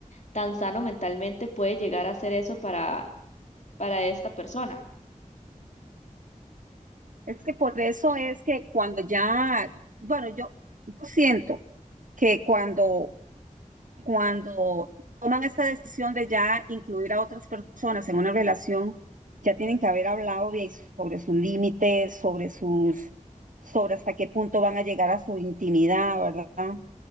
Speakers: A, on the left; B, on the right.
A: tan sano mentalmente puede llegar a ser eso para, para esta persona?
B: Es que por eso es que cuando ya, bueno, yo, yo siento que cuando cuando toman esta decisión de ya incluir a otras personas en una relación, ya tienen que haber hablado bien sobre sus límites, sobre sus, sobre hasta qué punto van a llegar a su intimidad, ¿verdad?